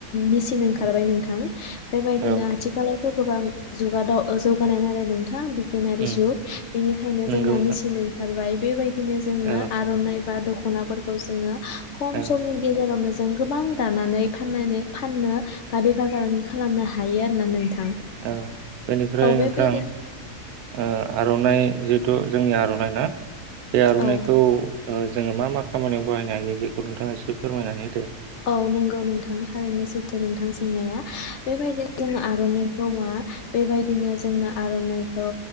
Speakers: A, on the left; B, on the right.
A: मेसिन ओंखारबाय
B: उम
A: नोंथां बेबायदिनो
B: औ
A: आथिखालावथ' गोबां जुगादाव ओ जौगानाय नालाय नोंथां थां बि केणारि
B: उम
A: जुग बेनिखायनो
B: नंगौ
A: जोंना
B: नोंथां
A: मिसिन ओं थारबाय बेबायदि थिनो जोङो
B: औ
A: आर'नाइ बा दख'नाफोरखौ जोङो खम
B: औ
A: समनि गेजेरावनो जों गोबां दानानै फाननानै फाननो बा बेफार फालांगि खालामनो हायो आरो ना नों थां
B: औ बेनिफ्राय
A: औ बेबायदि
B: नोंथां ओ आरना नाइ जिहेतु जोंनि आर'नाइना बे आर'नाइखौ
A: औ
B: ओ जोङो मा मा खामानियाव बाहायनो हायो बेखौ नोंथाङा एसे फोरमायनानै हो दो।
A: औ नंगौ नोंथां थारैनो सैथो नोंथां सोंनाया बेबायदिनो जोङो आर'नाइखौ मा बेबायदिनो जोङो आर'नाइखौ